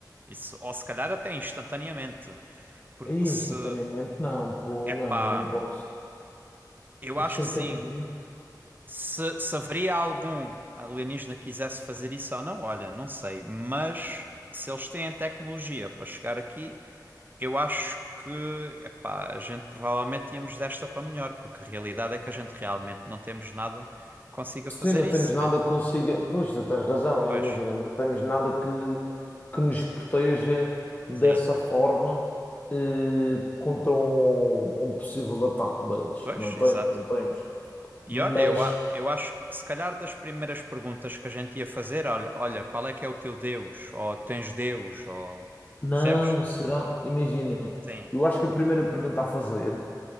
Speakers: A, on the right; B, on the left.
A: Isso, ou se calhar até instantaneamente, porque
B: Aí
A: se,
B: instantaneamente não, pô,
A: epá,
B: não, não posso.
A: eu acho
B: Instantaneamente.
A: que sim. Se, se haveria algum alienígena que quisesse fazer isso ou não, olha, não sei, mas se eles têm tecnologia para chegar aqui, Eu acho que, epá, a gente provavelmente íamos desta para melhor, porque a realidade é que a gente realmente não temos nada que consiga
B: Sim,
A: fazer
B: não
A: isso,
B: temos nada
A: né?
B: que consiga. Pois, tu tens razão,
A: Pois,
B: imagina, não temos nada que, que nos proteja dessa
A: sim,
B: forma eh, contra um, um possível ataque deles.
A: pois,
B: Não temos,
A: exato.
B: não temos.
A: E
B: Mas
A: olha, eu, a- eu acho que se calhar das primeiras perguntas que a gente ia fazer, olha, olha, qual é que é o teu Deus? Ou tens Deus? Ou
B: não
A: percebes?
B: será. Imagina,
A: Sim.
B: eu acho que a primeira pergunta a fazer,